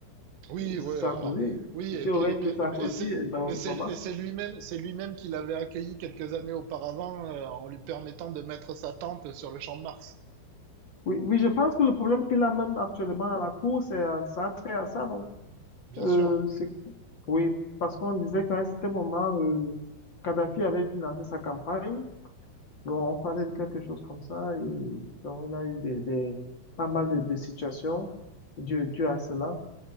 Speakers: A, on the right (about 65°); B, on the left (about 30°).
A: Oui,
B: Sarkozy.
A: ouais, alors, oui,
B: C'était
A: et puis,
B: au règne
A: et
B: de
A: puis,
B: Sarkozy
A: mais- et c'est,
B: et Barack
A: et c'est,
B: Obama.
A: et c'est lui-même, c'est lui-même qui l'avait accueilli quelques années auparavant, euh, en lui permettant de mettre sa tente sur le champ de Mars.
B: Oui, oui, je pense que le problème qu'il a même actuellement à la Cour, c'est à- ça a trait à ça, non?
A: Bien
B: Euh,
A: sûr.
B: c'est, oui, parce qu'on disait qu'à un certain moment, euh, Kadhafi avait financé sa campagne Bon, on parlait de quelque chose comme ça, et donc il a eu des, des, pas mal de, de situations dues, dues à cela.